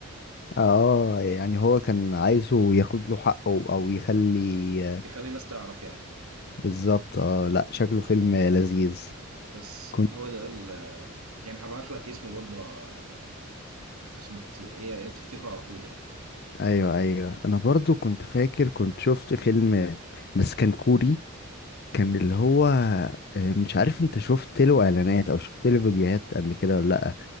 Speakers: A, on the left (about 45°); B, on the right (about 80°).
A: اه يعني هو كان عايزه ياخد له حقه او يخلي
B: يخلي الناس تعرف يعني
A: بالظبط اه لا شكله فيلم لذيذ
B: بس
A: كنت
B: هو ده ال آه، يعني هبعت لك اسمه برضه آه، عشان ت... إيه- تفتكره على طول يعني
A: ايوه ايوه انا برضو كنت فاكر كنت شفت فيلم بس كان كوري كان اللي هو آه، مش عارف انت شفت له اعلانات او شفت له فيديوهات قبل كده ولا لا